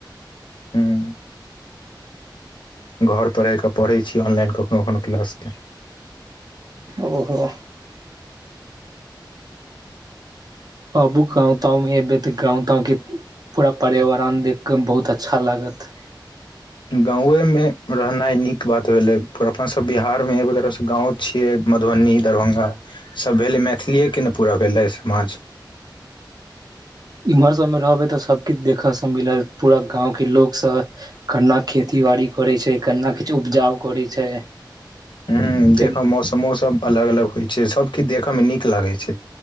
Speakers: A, on the left; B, on the right.
A: हुँ घर पर रहि कऽ पढ़ै छी ऑनलाइन कखनो कखनो क्लास के
B: ओहो अबु गांव तांव में एबै तऽ गांव तांव के पूरा पर्यावरण देख कऽ बहुत अच्छा लागत
A: गांवे मे रहनाइ नीक बात भेलै अपना सब बिहार मे एगो तरहसँ गाँंव छियै मधुबनी दरभंगा सब भेलै मैथिलिएके ने पूरा भेलै समाज
B: इम्हर सब मे रहबै त सबके किछ देखे से मिलल पूरा गांव के लोक सऽ केना खेती बाड़ी करै छै केना किछु उपजाउ करै छै
A: हूं
B: फेर
A: देखऽम मौसमो सब अलग अलग होइ छै सबकिछ देखय मे नीक लागै छै